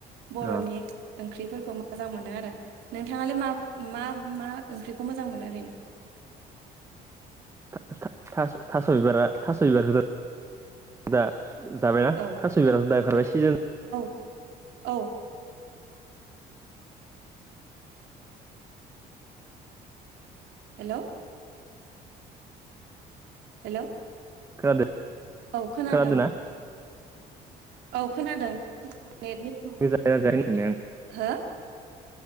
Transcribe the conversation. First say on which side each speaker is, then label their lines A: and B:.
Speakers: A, on the right; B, on the right.
A: बर'नि
B: अ
A: ओंख्रिफोरखौ मोजां मोनो आरो नोंथाङालाय मा मा मा ओंख्रिखौ मोजां मोनो ओरैनो
B: था-था-थास' बिबारा थास' बिबारखौथ'दा जाबायना
A: औ
B: थास' बिबार' दा ओंखारबाय सिजोन
A: औ औ हेलौ हेलौ
B: खोनादों
A: औ खोनादों
B: खोनादोंना
A: ओं औ खोनादों नेटनि फ
B: जाया जायाखै होनदों
A: हो